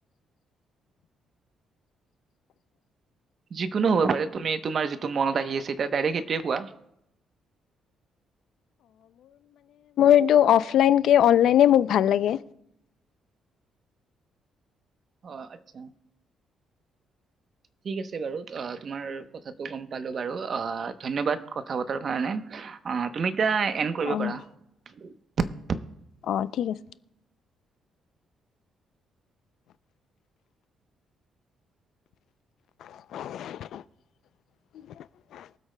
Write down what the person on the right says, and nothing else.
যিকোনো হব পাৰে তুমি তোমাৰ যিটো মনত আহি আছে এতিয়া ডাইৰেক্ট সেইটোৱেই কোৱা।
অ আচ্ছ, ঠিক আছে বাৰু। আহ, তোমাৰ কথাটো গম পালো বাৰু। আহ ধন্যবাদ কথা পতাৰ কাৰণে, আহ তুমি এতিয়া এন্ড কৰিব
পাৰা।